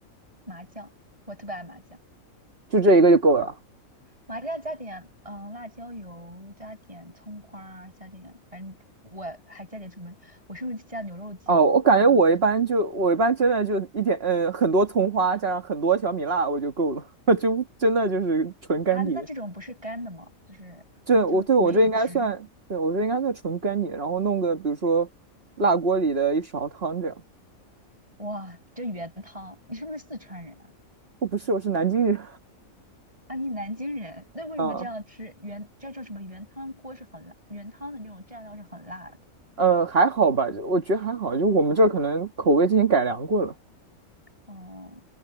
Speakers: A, on the right; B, on the right.
A: 麻酱，我特别爱麻酱，
B: 就这一个就够了。
A: 麻酱加点嗯辣椒油，加点葱花儿加点反正我还加点什么，我是不是加牛肉酱啊这样子？
B: 哦，我感觉我一般就我一般真的就一点，嗯，很多葱花加上很多小米辣我就够了，<laughs> 就真的就是纯干碟。
A: 啊，那这种不是干的吗？就是就是没有汁。
B: 这我对我这应该算，对我这应该算纯干碟，然后弄个比如说辣锅里的一勺汤这样。
A: 哇，这原汤，你是不是四川人啊？
B: 我不是，我是南京人。
A: 啊，你南京人，那为什么这样吃原这叫什么原汤锅是很辣，
B: 嗯
A: 原汤的那种蘸料是很辣的。
B: 呃，还好吧，就我觉得还好，就我们这儿可能口味之前改良过了，
A: 哦、